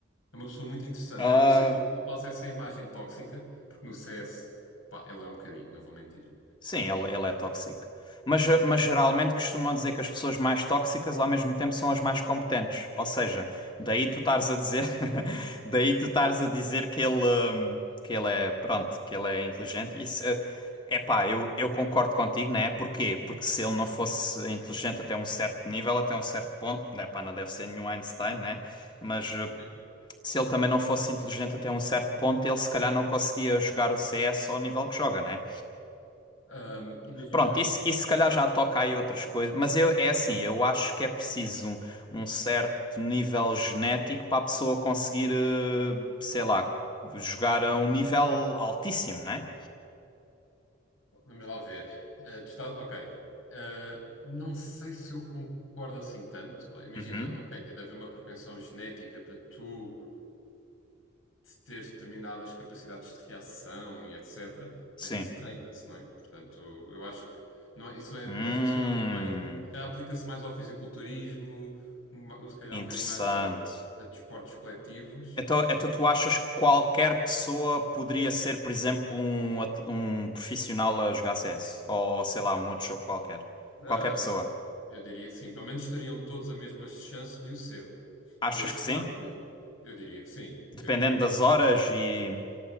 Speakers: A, on the left; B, on the left.
A: É uma pessoa muito interessante.
B: Hum.
A: Eu, eu sei que ele passa essa imagem tóxica, porque no CS, pá, ele é um bocadinho, não vou mentir.
B: Sim, ele, ele é tóxico. Mas, eh, mas geralmente costumam dizer que as pessoas mais tóxicas ao mesmo tempo são as mais competentes. Ou seja, daí
A: Exatamente.
B: tu estares a dizer, <laughs> daí tu estares a dizer que ele, hum, que ele é, pronto, que ele é inteligente. E Isso, é pá, eu, eu concordo contigo, né? Porquê? Porque se ele não fosse inteligente até um certo nível, até um certo ponto, né? Pá, não deve ser nenhum Einstein, né? Mas eh,
A: Sim.
B: se ele também não fosse inteligente até um certo ponto, ele se calhar não conseguia jogar o CS ao nível que joga, né?
A: Ahm, imagina,
B: Pronto, isso, isso se calhar já toca aí outras coisas, mas eu, é assim, eu acho que é preciso um, um certo nível genético para a pessoa conseguir, eh, sei lá,
A: Hum,
B: jogar a um nível altíssimo, né?
A: vamos lá ver. Ah, tu estás, ok. Ah, não sei se eu concordo assim tanto. Oh, Imagina,
B: Uhum,
A: ok, tem de haver uma propensão genética para tu de ter determinadas capacidades de reação e etc.
B: sim.
A: Mas isso treina-se, não é? Portanto, eu acho que não, é- isso não, é-
B: Hum,
A: não funciona tão bem. Se calhar Aplica-se mais ao fisiculturismo, ma- se calhar
B: interessante.
A: um bocadinho mais a, a desportos coletivos.
B: Então, então tu achas que qualquer pessoa poderia ser, por exemplo, um, at- um profissional a jogar CS? Ou sei lá, um outro jogo qualquer?
A: Ah,
B: Qualquer pessoa.
A: eu diria que sim. Pelo menos teriam todos a mesma chance de o ser.
B: Achas
A: Depois,
B: que
A: claro
B: sim?
A: que eu diria que sim.
B: Dependendo
A: Eu diria
B: das
A: que.
B: horas e.